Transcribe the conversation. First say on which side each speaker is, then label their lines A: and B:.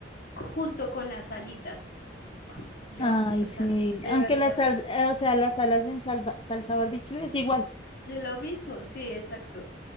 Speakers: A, on the left; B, on the left.
A: junto con las alitas. Yo
B: Ay,
A: amo las
B: sí.
A: alas, de
B: Aunque
A: verdad.
B: la salsa, o sea, las salas en salva- salsa barbecue es igual.
A: Es lo mismo, sí, exacto.